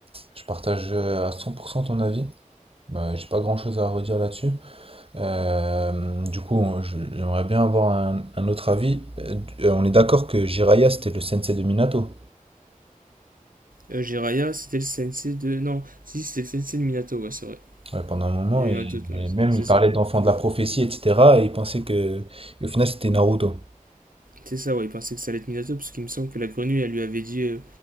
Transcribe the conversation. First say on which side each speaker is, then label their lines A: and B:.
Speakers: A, on the right (about 40°); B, on the right (about 80°).
A: Je partage euh, à 100% ton avis. Bah, j'ai pas grand-chose à redire là-dessus. Euh, du coup, je- j'aimerais bien avoir un, un autre avis. Euh, euh, on est d'accord que Jiraiya, c'était le sensei de Minato
B: euh, Jiraiya, c'était le sensei de. Non, si, c'était le sensei de Minato, ouais, c'est vrai.
A: ouais, pendant un moment,
B: J'ai
A: et,
B: eu un doute, ouais,
A: et même
B: c'est
A: il parlait
B: ça.
A: d'enfant de la prophétie, etc. Et il pensait que, et au final, c'était Naruto.
B: C'est ça, ouais, il pensait que ça allait être Minato, parce qu'il me semble que la grenouille, elle lui avait dit euh,